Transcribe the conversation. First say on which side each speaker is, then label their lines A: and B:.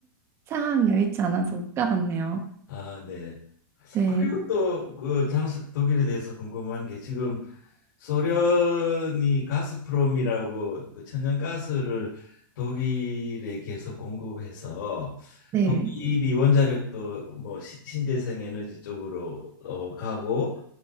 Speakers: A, on the right; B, on the left.
A: 상황이 여의치 않아서 못 가봤네요.
B: 아, 네.
A: 네,
B: 그리고 또 그 장수 독일에 대해서 궁금한 게 지금 소련이 가스프롬이라고 그 천연가스를 독일에 계속 공급해서
A: 네,
B: 독일이 원자력도 뭐 시- 신재생 에너지 쪽으로 어, 가고